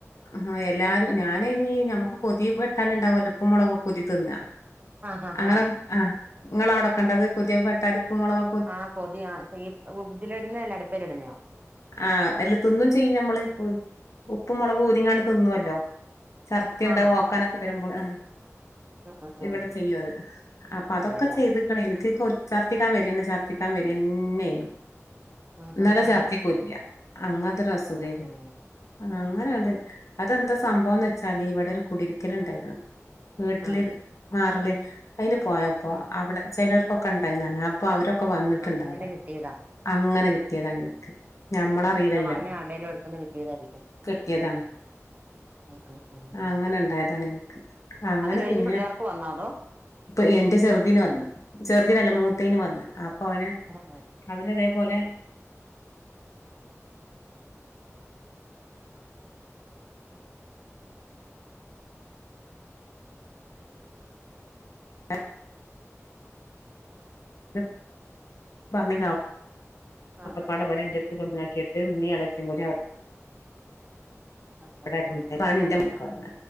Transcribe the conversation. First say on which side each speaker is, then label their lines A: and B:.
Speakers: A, on the left; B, on the right.
A: ആ എല്ലാരും ഞാന അയ്നീ ഞമ്മുക്ക് കൊതി പെട്ടാലണ്ടാവുല്ലോ ഇപ്പും മുളകുംക്കെ ഊതി തിന്ന
B: ആഹ് ആഹ്
A: ആറ ആഹ് ങ്ങളെ അവിടെകണ്ടത് കൊതി പെട്ടാല് പ്പും മുളകൊ
B: ആഹ് കൊതിയ ച ഉതില ഇടുന്ന അല്ല അടുപേല് ഇടുന്നയൊ
A: ആഹ് എല്ല തിന്നും ചെയ്യും ഞമ്മള് ഉം. ഉപ്പും മുളകും ഊതിങ്ങാണ്ട് തിന്നുവല്ലോ ചർദി എന്താ
B: ആണോ
A: ഓക്കാനൊക്കെ വരുമ്പോൾ ആ
B: ആഹ് ആഹ്
A: ഇവിടെ
B: ആഹ്
A: ചെയ്യും അത് അപ്പൊ അതൊക്കെ
B: അതെല്ലേ
A: ചെയ്ത്ക്കണ എനി <unintelligible> ചർത്തിക്കാൻ വരന്നെ ചർ <unintelligible> വരന്നേന്നു
B: ആഹ്
A: ന്നാലോ
B: ആഹ്
A: ഛർദ്ദിക്കുല്ല്യ
B: ആഹ്
A: അങ്ങതൊരു അസുഖേന്നു
B: ആഹ് ആഹ്
A: അങ്ങനെയണ്ട് അതെന്താ സംഭവംന്ന് വെച്ചാല് ഇവിടെ ഒരു കുടിര്ക്കല് ണ്ടായിരുന്നു വീട്ടില്
B: ആഹ്
A: മാറല് ഉ അയ്ന് പോയപ്പോ
B: ആഹ്
A: അവിടെ ചെലർ ഒക്കെ ഉണ്ടായിന്നാണ് അപ്പൊ അവരൊ കെ വന്നിട്ട്ണ്ട്
B: അങ്ങനെ
A: അവിടെ
B: കിട്ടിയതാ
A: അങ്ങനെ ട്ട്യേതാണ് ഇൻക്ക് ഞമ്മളറിയിലല്ലോ
B: ആഹ് അവിടെ വന്ന ആരുടേലും അടുത്തുന്ന് കിട്ടിയതായിരിക്കും
A: കിട്ടിയതാണ്
B: ആഹ് ആഹ് ആഹ്
A: അങ്ങനെ ണ്ടായതാണ് ഇൻക്ക് അങ്ങനെ
B: അത് കഴിഞ്ഞ്
A: പിന്നെ
B: പിള്ളേർക്ക് വന്നോ അതോ
A: ഇപ്പൊ എന്റെ ചെറുതീന് വന്ന് ചെറുതീനല്ല മൂ <unintelligible> വന്ന് അ ഓന്
B: ആഹ്
A: അവന് ഇതേപോലെ <unintelligible> <unintelligible> ഒകെ
B: ആഹ്
A: പാടെ ഇവിടെ ൻ്റെ ക്ക് കൊട്ന്നാകീട്ട് മ്മീം എളേചി കൂടി അ
B: ആഹ്
A: <unintelligible>
B: ആഹ് ആഹ്